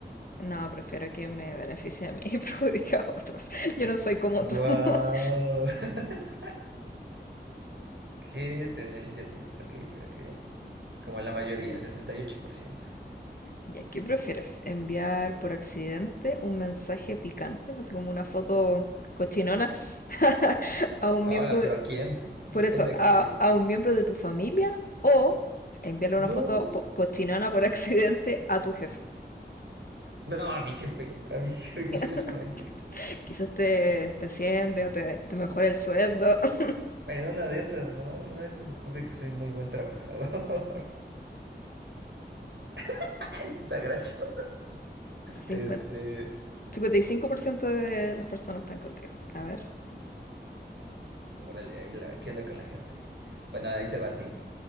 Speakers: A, on the left; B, on the right.
A: No, prefiero que me beneficie a mí y <laughs> perjudique a otros. Yo no soy como
B: ¡Guau!
A: tú. <laughs>
B: <laughs> ¿Qué te beneficia a ti? Ok, pero que... Como la mayoría, 68%.
A: Ya, ¿qué prefieres? ¿Enviar por accidente un mensaje picante, así como una foto cochinona, <laughs> a un
B: Hola,
A: miembro
B: pero
A: de,
B: ¿a quién? Depende
A: por eso,
B: a
A: a,
B: quién.
A: a un miembro de tu familia o enviarle una
B: No,
A: foto po- cochinona por accidente a tu jefe?
B: no, a mi jefe, a mi jefe <laughs> completamente.
A: <laughs> Quizás te, te asciende o te, te mejora el sueldo. <laughs>
B: Bueno, En una de esas, ¿no? En una de esas descubre que soy muy buen trabajador. <laughs> ¡Ah, esto está gracioso!
A: Cincuenta,
B: Este,
A: cincuenta y cinco por ciento de las personas están contigo. A ver.
B: órale, ahí la, ¿qué onda con la gente? Bueno, ahí te va a ti.